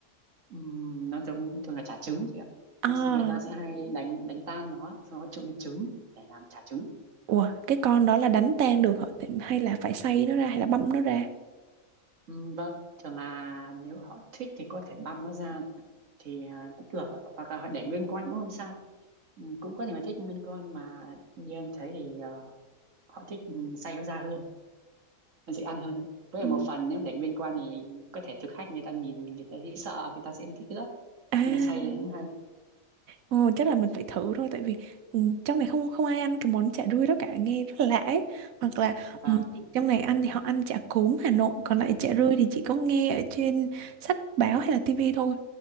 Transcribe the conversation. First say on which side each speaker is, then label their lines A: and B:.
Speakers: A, on the right; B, on the right.
A: ừm, nó giống thường là chả trứng chị ạ
B: à
A: nó, người ta sẽ hay đánh đánh tan nó sau đó trộn với trứng để làm chả trứng
B: ủa cái con đó là đánh tan được hả Tại- hay là phải xay nó ra hay là băm nó ra
A: Ừ, vâng, thường là nếu họ thích thì có thể băm nó ra thì à, cũng được ạ. hoặc là họ để nguyên con cũng không sao ừ, cũng có thể là thích nguyên con nhưng mà như em thấy thì à, họ thích ừ, xay nó ra hơn nó dễ ăn hơn với lại
B: ừ.
A: một phần nếu để nguyên con thì có thể thực khách người ta nhìn người ta thấy sợ người ta sẽ không thích nữa
B: à
A: nhưng là xay thì cũng hay
B: ồ, chắc là mình phải thử thôi tại vì ừ, trong này không không ai ăn cái món chả rươi đó cả nghe rất là lạ ấy hoặc là
A: vâng
B: ừ, chị trong này ăn thì họ ăn chả cốm Hà Nội còn lại chả rươi thì chỉ có nghe ở trên sách báo hay là tivi thôi